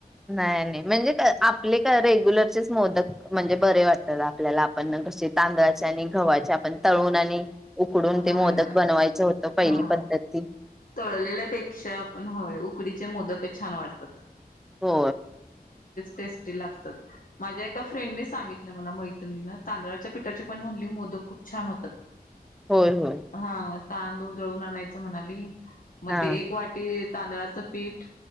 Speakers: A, in the centre; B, on the left.
A: नाही नाही म्हणजे आपले का रेग्युलरचेच मोदक म्हणजे बरे वाटतात आपल्याला आपण कसे तांदळाचे आणि गव्हाचे आपण तळून आणि उकडून
B: होय
A: ते मोदक
B: होय
A: बनवायचं होतं पहिली
B: हा
A: पद्धती
B: तळलेल्यापेक्षा आपण होय उकडीचे मोदकच छान वाढतात
A: हो
B: टेस्टी लागतात माझ्या एका फ्रेंडने सांगितलं मला मैत्रिणी तांदळाच्या पिठाची पण म्हणली मोदक खूप छान होतात
A: होय होय
B: हा तांदूळ जळून आणायचं म्हणाले ह म
A: हा
B: एक वाटी तांदळाचं पीठ